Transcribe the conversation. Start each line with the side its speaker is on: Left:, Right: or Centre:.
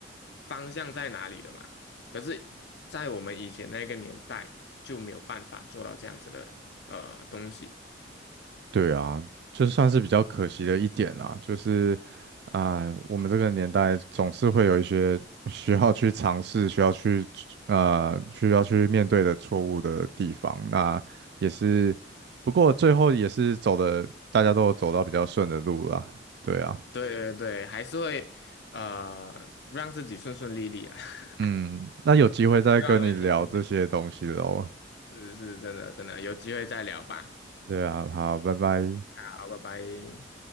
Left: 方向在哪里了嘛。可是，在我们以前那个年代就没有办法做到这样子的呃东西，
Right: 对啊，就算是比较可惜的一点啦，就是啊、我们这个年代总是会有一些需要去尝试、需要去呃、需要去面对的错误的地方。那也是，不过最后也是走的，大家都有走到比较顺的路啦。对啊，
Left: 对对对，还是会呃让自己顺顺利利啊，<laughs>
Right: 嗯，那有机会再跟你聊这些东西喽。
Left: 希望有一天顺利。是是真的真的，有机会再聊吧。
Right: 对啊，好，拜拜。
Left: 好，拜拜。